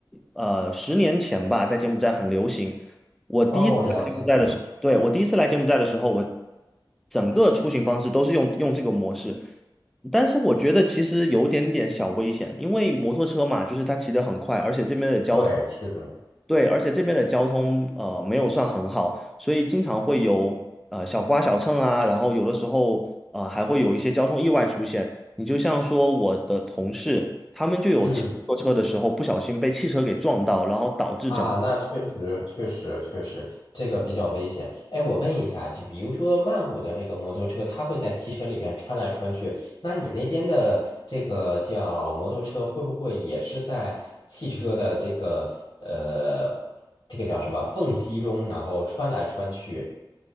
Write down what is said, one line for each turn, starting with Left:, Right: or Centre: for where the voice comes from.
Centre: 呃十年前吧，在柬埔寨很流行。我第一次来柬埔寨的时候对，
Left: 哦，了解了。
Centre: 我第一次来柬埔寨的时候，我整个出行方式都是用用这个模式，但是我觉得其实有点点小危险，因为摩托车嘛，就是它骑得很快，而且这边的交通，
Left: 对，是的。
Centre: 对，而且这边的交通呃没有算很好，所以经常会有呃小刮小蹭啊，然后有的时候呃还会有一些交通意外出现。你就像说我的同事，他们就有骑摩托车的时候不小心被汽车给撞到，
Left: 嗯。
Centre: 然后导致整
Left: 啊，那确实，确实，确实，这个比较危险。哎，我问一下，就比如说曼谷的那个摩托车，它会在汽车里边穿来穿去，那你那边的这个叫摩托车，会不会也是在汽车的这个呃，这个叫什么缝隙中，然后穿来穿去？